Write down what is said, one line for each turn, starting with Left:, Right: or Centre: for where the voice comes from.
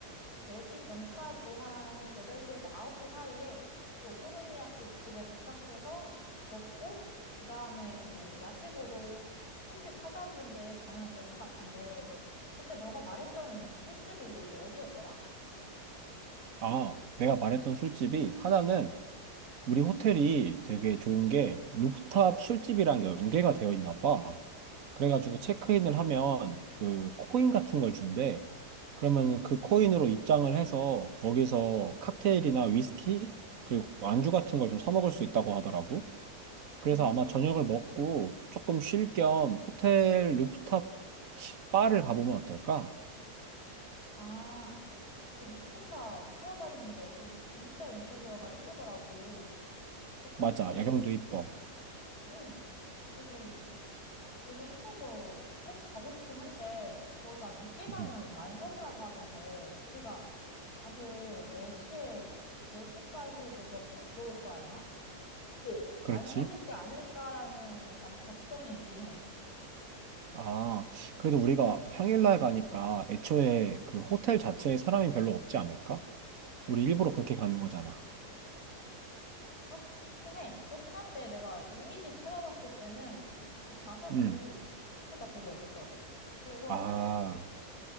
Left: 10시 전까지 한 8시에서 9시 사이에 그 오코노미야키 집에 도착해서 먹고, 그 다음에 이제 뭐 야식으로 술집 찾아본 데 가면 될 것 같은데, 그때 너가 말했던 술집이 어디였더라?
Right: 아, 내가 말했던 술집이 하나는 우리 호텔이 되게 좋은 게 루프탑 술집이랑 연계가 되어 있나 봐. 그래가지고 체크인을 하면 그 코인 같은 걸 준대. 그러면 그 코인으로 입장을 해서 거기서 칵테일이나 위스키 그리고 안주 같은 걸 좀 사 먹을 수 있다고 하더라고. 그래서
Left: 음.
Right: 아마 저녁을 먹고 조금 쉴 겸 호텔 루프탑 바를 가보면 어떨까?
Left: 아, 그 루프탑 찾아봤는데, 거기 진짜 인테리어가 이쁘더라고. 그 거기,
Right: 맞아, 야경도 이뻐.
Left: 응, 거기 되게 이뻐서 꼭 가고 싶긴 한데, 거기가 늦게 가면
Right: 음,
Left: 만석이라고 하던데, 우리가 밥을 10시에, 열 시까지 이제 먹고 들어올 거 아니야? 근데
Right: 그렇지.
Left: 만석이지 않을까라는 약간 걱정이 있긴 해.
Right: 아, 그래도 우리가 평일날 가니까 애초에 그 호텔 자체에 사람이 별로 없지 않을까? 우리 일부러 그렇게 가는 거잖아.
Left: 그렇긴 해. 그렇긴 한데, 내가 이미지 찾아봤을 때는 그 좌석이
Right: 음,
Left: 생각보다 별로 없어. 그래서,
Right: 아,